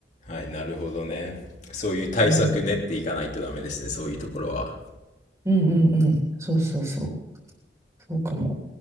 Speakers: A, on the left (about 40°); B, on the right (about 15°).
A: はい、なるほどね。そういう対策練っていかないとダメですね、
B: うん。
A: そういうところは。
B: うんうんうん。そうそうそう。そうかも。